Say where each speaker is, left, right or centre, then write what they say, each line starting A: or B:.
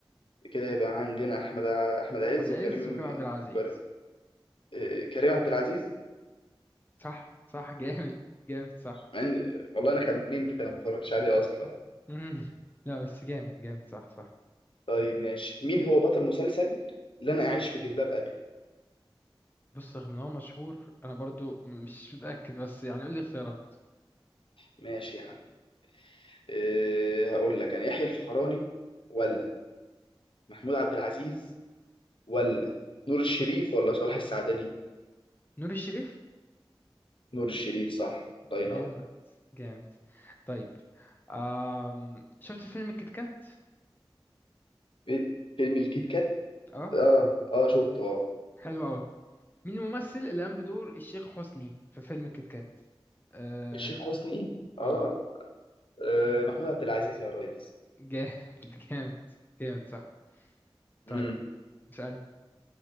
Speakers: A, on the left; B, on the left.
A: كده هيبقى عندنا احمد ع- احمد
B: أحمد
A: عز
B: عز
A: وكريم
B: وكريم عبد العزيز
A: كر- آه، كريم عبد العزيز
B: صح صح جامد جامد صح.
A: مع ان والله انا خمنت انا ما اتفرجش عليه اصلا
B: مم. لا بس جامد جامد صح صح
A: طيب ماشي مين هو بطل مسلسل اللي انا اعيش في جلباب ابي
B: بص رغم ان هو مشهور انا برضو مش متأكد بس يعني قول لي اختيارات
A: ماشي يا عم أه هقول لك انا يحيى الفخراني ولا محمود عبد العزيز ولا نور الشريف ولا صلاح السعدني
B: نور الشريف
A: نور الشريف صح الله ينور
B: جامد جامد طيب آم... شفت فيلم كيت كات
A: في- فيلم الكيت كات
B: اه
A: اه اه شفته اه
B: حلو قوي مين الممثل اللي قام بدور الشيخ حسني في فيلم كيت كات اه
A: الشيخ حسني اه,
B: اه
A: آه محمود عبد العزيز يا ريس
B: جامد <laughs> جامد جامد صح طيب
A: امم
B: اسألني